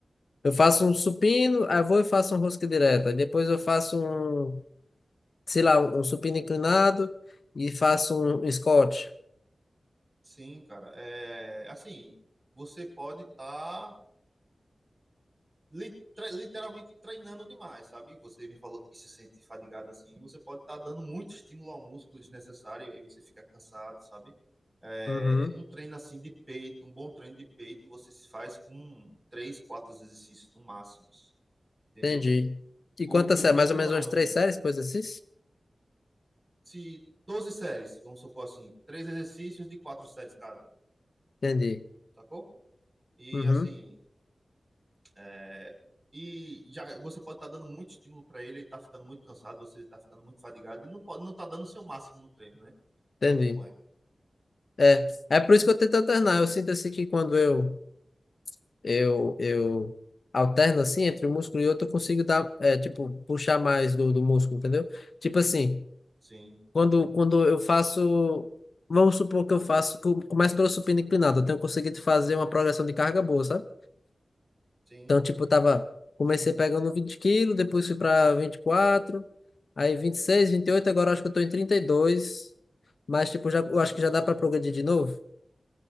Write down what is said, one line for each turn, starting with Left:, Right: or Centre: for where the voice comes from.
Left: eu faço um supino, aí eu vou e faço um rosca direta, aí depois eu faço um, sei lá, um supino inclinado e faço um, um squat.
Right: Sim, cara. É, assim, você pode estar literalmente treinando demais, sabe? Você me falou que se sente fadigado assim, você pode estar dando muito estímulo ao músculo desnecessário, aí você fica cansado, sabe? É,
Left: Uhum,
Right: um treino assim de peito, um bom treino de peito, você se faz com três, quatro exercícios no máximo, entendeu?
Left: entendi. E
Right: O,
Left: quantas séries?
Right: o peito
Left: Mais ou menos
Right: não é
Left: umas
Right: um.
Left: três séries, coisa assim?
Right: Se 12 séries, vamos supor assim, três exercícios de quatro séries cada.
Left: Entendi.
Right: sacou? E
Left: Uhum,
Right: assim, é, e já você pode estar dando muito estímulo para ele, ele tá ficando muito cansado, você tá ficando muito fadigado e não pode, não tá dando o seu máximo no treino, né?
Left: entendi.
Right: Sabe como é?
Left: É, é por isso que eu tento alternar. Eu sinto assim que quando eu eu eu alterno assim entre um músculo e outro, eu consigo dar, é, tipo, puxar mais do, do músculo, entendeu? Tipo assim,
Right: Sim,
Left: Quando, quando eu faço, vamos supor que eu faço, que eu começo pelo supino inclinado, eu tenho conseguido fazer uma progressão de carga boa, sabe?
Right: sim,
Left: Então, tipo, eu tava, comecei pegando 20 quilos, depois fui para vinte e quatro aí vinte vinte e seis vinte e oito agora eu acho que eu tô em trinta e dois mas, tipo, já, eu
Right: sim,
Left: acho
Right: muito
Left: que já dá
Right: bom.
Left: para progredir de novo.